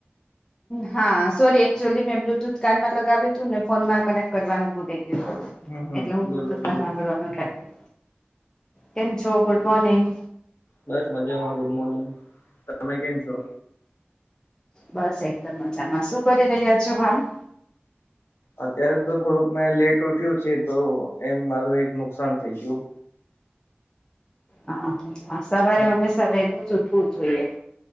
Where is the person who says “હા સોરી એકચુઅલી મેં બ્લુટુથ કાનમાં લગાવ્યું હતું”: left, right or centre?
Left